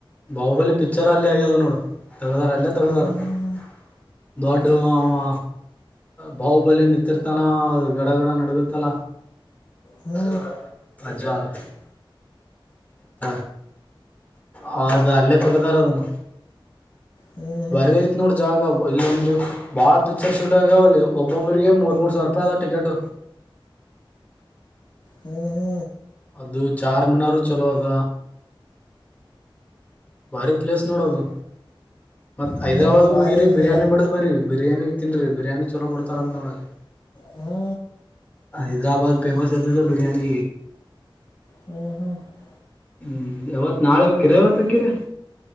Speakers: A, on the left; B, on the left.
A: ಬಾಹುಬಲಿ ಪಿಕ್ಚರ್ ಅಲ್ಲೇ ಆಗ್ಯದ ನೋಡು ತಗದಾರ ಅಲ್ಲೇ ತಗದಾರ.
B: ಹ್ಞೂ ಹ್ಞೂ
A: <unintelligible> ಅವ. ಬಾಹುಬಲಿ ನಿಂತಿರ್ತಾನ ಗಡ ಗಡ ನಡಗತ್ತಲ.
B: ಹ್ಞೂ
A: <unintelligible> ಸ ಹೌದು ಅಲ್ಲೇ ತಗದಾರ ಅದನ್ನು
B: ಹ್ಞೂ
A: ಬರ ಐತ್ ನೋಡ್ರ ಜಾಗ ಇಲ್ಲೊಂದ್ರರು ಬಾಳ ಪಿಕ್ಚರ್ ಶೂಟ್ ಆಂಗ್ಯಾವಲ್ಲಿ ಒಬ್ಬೊಬರಿಗೆ ಮೂರ್ ಸಾವಿರ ರೂಪಾಯಿದ ಟಿಕೆಟ್
B: ಹಾ ಹಾ
A: ಅದು ಚಾರ್ ಮನವರು ಚಲೋ ಅದ ಬಾರಿ ಪ್ಲೇಸ್ ನೋಡೋದು ಮತ್ತ
B: ಹ್ಞೂ
A: ಹೈದ್ರಾಬಾದ್
B: ಹ್ಞೂ ಭಾರಿ
A: ಹೋಗಿರಿ
B: ಅಂದ್ರೆ
A: ಬಿರಿಯಾನಿ ಹೋಡದ್ದು ಬರ ಬಿರಿಯಾನಿ ತಿನರಿ ಬಿರಿಯಾನಿ ಚಲೋ ಕೊಡ್ತಾರ ಅಂತ ಹೇಳಿ
B: ಹ್ಞೂ
A: ಹೈದ್ರಾಬಾದ್ ಪೇಮಸ್ ಇದು ಬಿರಯಾನ
B: ಹಾ ಹಾ <unintelligible>
A: ಹ್ಮ್ ಯಾವತ್ ನಾಳೆ ಹೋಗಿಕಿರ ಇವತ್ತು ಹೋಗಕಿರ